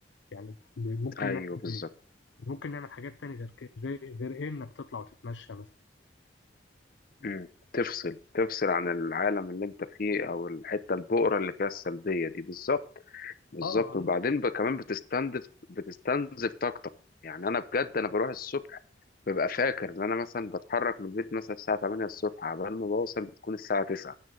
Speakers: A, on the left; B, on the left.
A: يعني ممكن
B: ايوه
A: نعمل
B: بالظبط
A: ايه ممكن نعمل حاجات تانية غير كده غير غير إيه انك تطلع وتتمشى مثلا
B: مم. تفصل تفصل عن العالم اللي انت فيه او الحته البؤره اللي فيها السلبيه دي بالظبط بالظبط
A: اه
B: وبعدين
A: ممكن
B: ب- كمان بتستنزف بتستنزف طاقتك يعني انا بجد انا بروح الصبح ببقى فاكر ان انا مثلا بتحرك من البيت مثلا الساعه 8 الصبح عبال ما بوصل بتكون الساعه 9